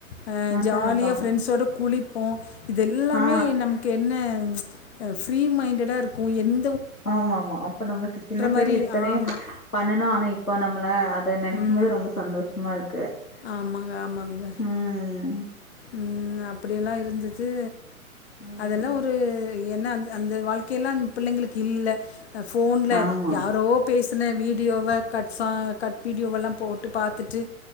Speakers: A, on the left (about 45°); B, on the left (about 85°).
A: ஆ
B: அதா
A: ஜாலியா
B: அதா
A: ஃப்ரெண்ட்ஸோட கூளி போ இதெல்லாமே
B: ஆ
A: நமக்கு என்ன அ ஃப்ரீ மைண்டடா இருக்கு என்
B: ஆமா ஆமா அப்ப நமக்கு சின்ன பெரு
A: மாரி
B: இத்தனையு
A: ஆமா.
B: பண்ணனு ஆனா இ ப்போ நம்மள அ த நெனைக்கும்
A: ம்.
B: போது ரொம்ப சந்தோஷமா இருக்
A: ஆமாங்க ஆமாங்க
B: ம்
A: உம் அப்டிய எல்லா இருந்துடு
B: ம்
A: அதெல்லா ஒரு ஏன்ன அந் அந்த வாழ்க்கை எல்லா பிள்ளைங்களுக்கு இல்ல அ ஃபோன்ல்
B: ஆமா
A: யாரோ பேச் சுன வீடியோவ கட் சா கட் வீடியோவெல்லா போட்டு பாத்துட்டு